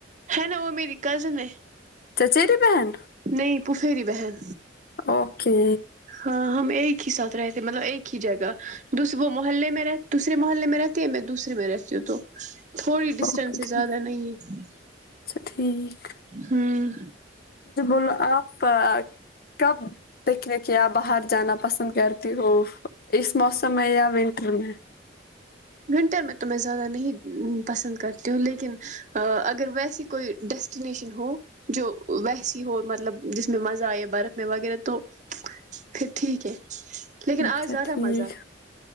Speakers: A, on the right (about 40°); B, on the left (about 50°).
A: ہے نا وہ میری کزن ہے
B: چچیری بہن
A: نہیں پفری بہن
B: اوکے
A: ہاں ہم ایک ہی ساتھ رہتے مطلب ایک ہی جگہ وہ محلے میں رہ دوسرے محلے میں رہتی ہے میں دوسرے میں رہتی ہوں تو تھوڑی ڈسٹینس
B: اوکے ٹھیک
A: زیادہ نہیں ہے
B: اچھا ٹھیک
A: ہوں
B: آپپ <unintelligible> کب پکنک یا باہر جانا پسند کرتی ہووں اس موسم میں یا ونٹر میں
A: ونٹر میں تو میں زیادہ نہیں پسند کرتی ہوں لیکن اگر ویسی کوئی ڈیسٹینیشن ہو جو ویسی ہو مطلب جس میں مزہ آئے برف میں وغیرہ تو پھر ٹھیک ہے لیکن
B: اچھا
A: آج زیادہ
B: ٹھیک
A: مزہ